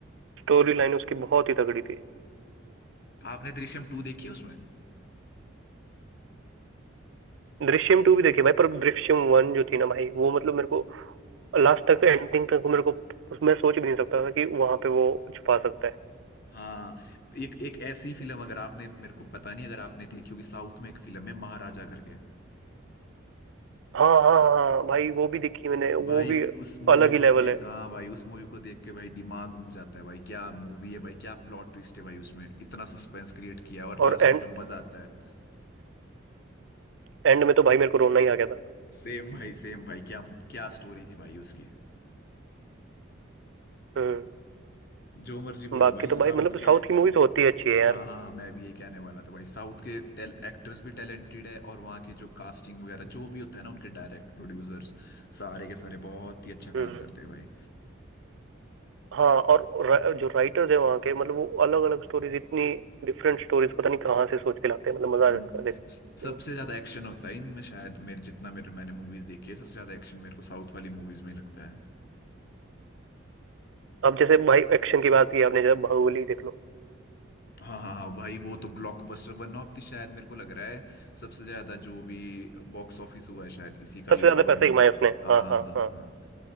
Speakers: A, on the right; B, on the left.
A: स्टोरी लाइन उसकी बहुत ही तगड़ी थी
B: आपने दृश्यम टू देखी है उसमें
A: दृश्यम टू भी देखी भाई पर दृश्यम वन जो थी ना भाई वो मतलब मेरे को लास्ट तक एंडिंग तक मेरे को मैं सोच भी नहीं सकता था कि वहां पे वो छुपा सकता है
B: हाँ एक एक ऐसी फिल्म अगर आपने मेरे को पता नहीं अगर आपने देखी होगी साउथ में एक फिल्म है महाराजा करके
A: हाँ हाँ हाँ भाई वो भी देखी मैंने वो
B: भाई
A: भी
B: उस मूवी
A: अलग ही
B: को
A: लेवल
B: देखा
A: है
B: हाँ भाई उस मूवी को देख के भाई दिमाग घूम जाता है भाई क्या मूवी है भाई क्या प्लॉट ट्विस्ट है भाई उसमें इतना सस्पेंस क्रिएट किया है और
A: और
B: लास्ट
A: एंड
B: में जो मजा आता है
A: एंड में तो भाई मेरे को रोना ही आ गया था
B: सेम भाई सेम भाई क्या क्या स्टोरी थी भाई उसकी
A: हम्म
B: जो मर्जी बोलो
A: बाकी
B: भाई
A: तो
B: ये साउथ
A: भाई मतलब
B: के
A: साउथ की मूवीज होती है अच्छी है
B: हाँ
A: यार
B: हाँ मैं भी ये कहने वाला था भाई साउथ के टेल एक्टर्स भी टैलेंटेड है और वहाँ के जो कास्टिंग वगैरह जो भी होता है ना उनके डायरेक्ट प्रोड्यूसर्स सारे के सारे बहुत ही अच्छा
A: हम्म
B: काम करते हैं भाई
A: हाँ और रा, जो राइटर्स है वहाँ के मतलब वो अलग अलग स्टोरीज इतनी डिफरेंट स्टोरीज पता नहीं कहाँ से सोच के लाते हैं मतलब मजा आ
B: हम्म
A: जाता है देखने
B: स- सबसे
A: में
B: ज्यादा एक्शन होता है इनमें शायद मेरे जितना मेरे मैंने मूवीज देखी है सबसे ज्यादा एक्शन मेरे को साउथ वाली मूवीज में लगता है
A: अब जैसे भाई एक्शन की बात की आपने जैसे बाहुबली देख लो
B: हाँ हाँ हाँ भाई वो तो ब्लॉकबस्टर वन ऑफ द शायद मेरे को लग रहा है सबसे ज्यादा जो भी बॉक्स ऑफिस हुआ है शायद इसी का
A: सबसे
B: ही हुआ
A: ज्यादा
B: है वन
A: पैसे
B: ऑफ
A: कमाए
B: द
A: उसने
B: हाँ
A: हाँ
B: हाँ
A: हाँ
B: हाँ
A: हाँ
B: हाँ। हाँ।